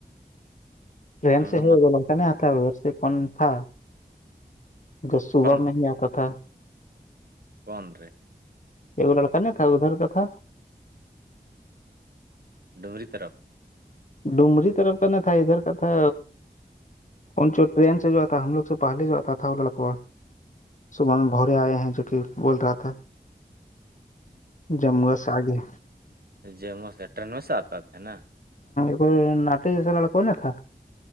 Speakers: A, on the left (about 50°); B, on the right (about 65°).
A: ہ
B: ہم
A: ن سے ہے
B: مت
A: لڑک نہیں آتا ادھر سے کون تھا <unintelligible> جب صبح
B: کون
A: میں ہی آتا تھا
B: فون رہ
A: ایک وہ لڑکا نہیں تھا ادھر کا تھا
B: ڈومری طرف
A: ڈومری طرف کا نہیں تھا ادھر کا تھا ان جو ٹرین سے جو آ تھا ہم لوگ سے پہلے جو آتا تھا وہ لڑکوا صبح میں بھورے آئے ہیں جو کہ بول رہا تھا جموعہ سے آگے
B: جی مو ٹرین میں سے آتا تھاے نا
A: ہوں ناٹک جیسے لڑا کو نا تھا